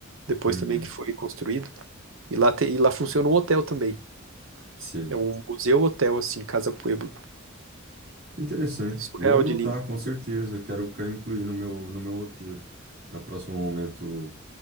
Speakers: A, on the right (about 70°); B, on the right (about 45°).
A: Depois
B: uhum,
A: também que foi construído. E lá, te, e lá funciona um hotel também.
B: sim.
A: É um museu-hotel, assim, Casa Pueblo.
B: Interessante.
A: É surreal
B: Vou anotar,
A: de lindo.
B: com certeza. Quero quero incluir no meu, no meu roteiro. No próximo momento.